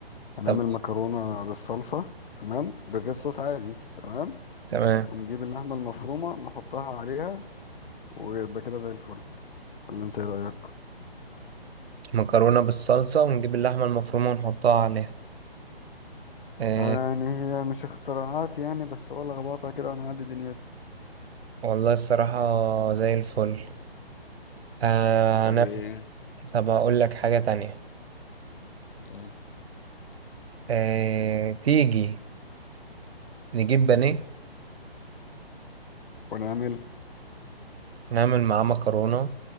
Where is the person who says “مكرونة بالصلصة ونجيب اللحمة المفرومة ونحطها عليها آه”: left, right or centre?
Right